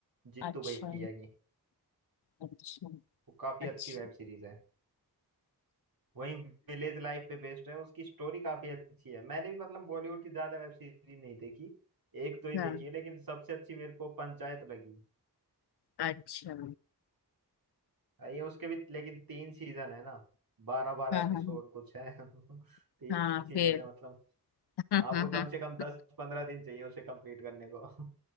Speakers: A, on the right; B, on the left.
A: जीतू
B: अच्छा
A: भैया की
B: अच्छा
A: वो काफी अच्छी
B: अच्छा
A: वेब सीरीज है वहीं विलेज लाइफ पे बेस्ड है उसकी स्टोरी काफी अच्छी है मैंने भी मतलब बॉलीवुड की ज्यादा वेब सीरीज नहीं देखी एक दो ही
B: हाँ
A: देखी है लेकिन सबसे अच्छी मेरे को पंचायत लगी
B: अच्छा
A: अ, ये उसके भी लेकिन तीन सीजन है ना बारह बारह
B: हाँ
A: एपिसोड
B: हाँ
A: कुछ है <laughs> तीन
B: हाँ
A: सीजन
B: फिर
A: है मतलब
B: <laughs>
A: आपको कम से कम दस पंद्रह दिन चाहिए उसे कंप्लीट करने को <laughs>